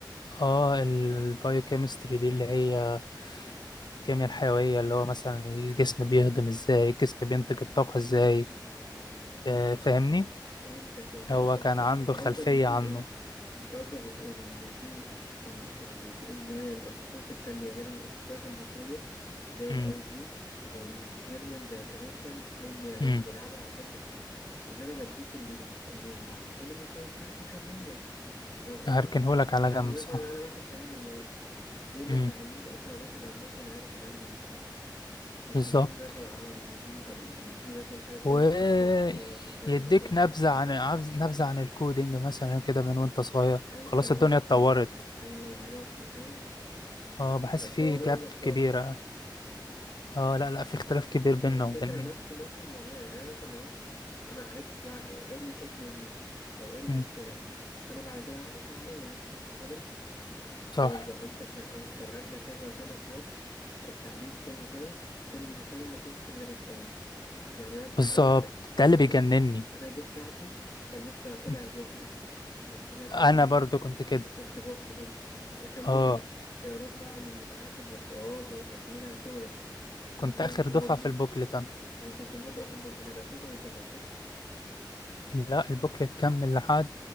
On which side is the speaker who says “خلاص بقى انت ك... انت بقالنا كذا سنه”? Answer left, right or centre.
Left